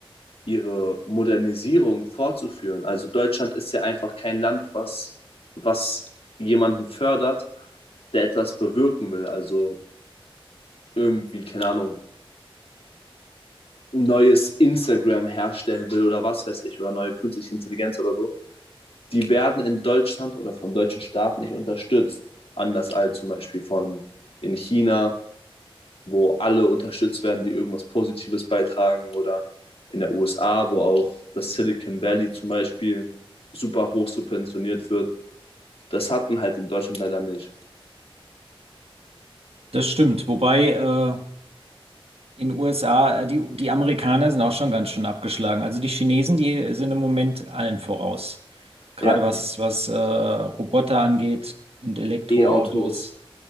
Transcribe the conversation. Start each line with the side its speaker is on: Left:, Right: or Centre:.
Left: ihre Modernisierung fortzuführen. Also Deutschland ist ja einfach kein Land, was, was jemanden fördert, der etwas bewirken will. Also irgendwie, keine Ahnung, neues Instagram herstellen will oder was weiß ich, oder neue künstliche Intelligenz oder so. Die werden in Deutschland oder vom deutschen Staat nicht unterstützt. Anders als zum Beispiel von in China wo alle unterstützt werden, die irgendwas Positives beitragen oder in der USA, wo auch das Silicon Valley zum Beispiel super hoch subventioniert wird. Das hat man halt in Deutschland leider nicht.
Right: das stimmt. Wobei äh, in den USA, äh, die, die Amerikaner sind auch schon ganz schön abgeschlagen. Also die Chinesen, die sind im Moment allen voraus. Gerade
Left: Ja,
Right: was, was äh, Roboter angeht und Elektroautos.
Left: E-Autos.